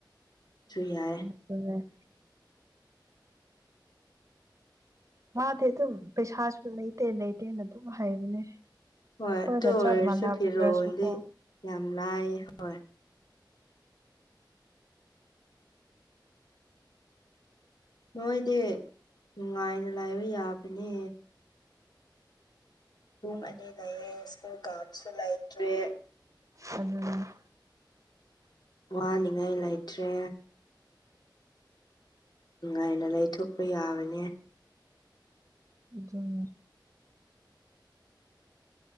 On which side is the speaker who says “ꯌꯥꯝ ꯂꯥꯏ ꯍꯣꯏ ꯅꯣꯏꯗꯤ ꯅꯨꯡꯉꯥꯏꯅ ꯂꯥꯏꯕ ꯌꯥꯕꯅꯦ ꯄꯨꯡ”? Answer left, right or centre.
Left